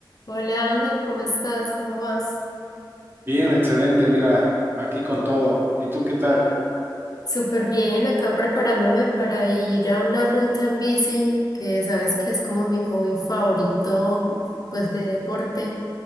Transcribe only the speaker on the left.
Hola Ángel, ¿cómo estás? ¿Cómo vas?
Súper bien, acá preparándome para ir a una ruta en bici, que sabes que es como mi hobby favorito, pues de deporte.